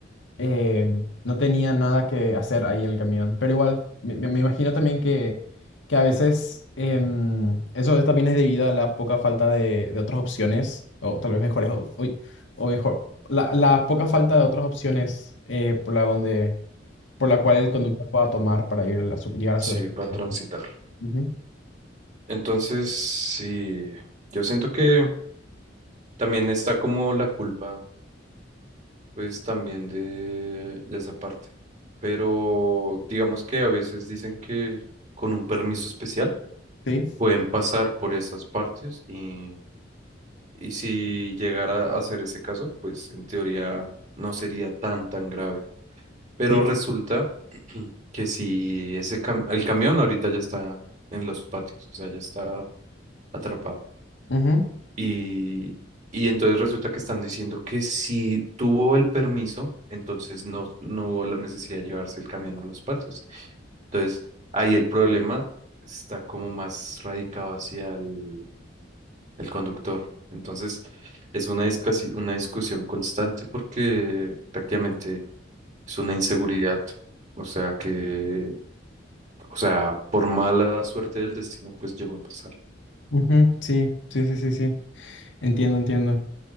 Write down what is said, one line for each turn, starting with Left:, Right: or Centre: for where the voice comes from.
Left: eh, no tenía nada que hacer ahí el camión. Pero igual, me, me- me imagino también que, que a veces em, eso es- también es debido a la poca falta de, de otras opciones, o tal vez mejores, o, uy, o mejor, la, la poca falta de otras opciones eh, por la donde, por la cual el conductor pueda tomar para ir a su- llegar a
Right: Sí,
Left: su destino.
Right: para transitar.
Left: Ujú,
Right: Entonces, sí, yo siento que también está como la culpa, pues también de, de esa parte. Pero digamos que a veces dicen que con un permiso especial
Left: Sí,
Right: pueden pasar por esas partes y Y si llegara a ser ese caso, pues en teoría no sería tan, tan grave. Pero
Left: sí.
Right: resulta <clears throat> que si ese cam- el camión ahorita ya está en los patios, o sea, ya está atrapado.
Left: ujú,
Right: Y, y entonces resulta que están diciendo que si tuvo el permiso, entonces no, no hubo la necesidad de llevarse el camión a los patios. Entonces ahí el problema está como más radicado hacia el el conductor. Entonces, es una, discusi- una discusión constante porque prácticamente es una inseguridad. O sea que, o sea, por mala suerte del destino, pues llegó a pasar.
Left: ujú, Sí, sí, sí, sí, sí. Entiendo, entiendo.